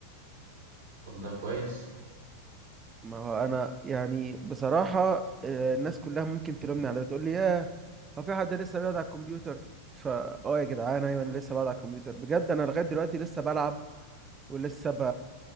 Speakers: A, on the right (about 50°); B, on the right (about 20°).
A: طب ده كويس
B: ما هو انا يعني بصراحة آه، الناس كلها ممكن تلومني على ده تقول لي ياه هو في حد لسه بيقعد على الكمبيوتر فا اه يا جدعان ايوه انا لسه بقعد على الكمبيوتر بجد انا لغاية دلوقتي لسه بلعب ولسه ب...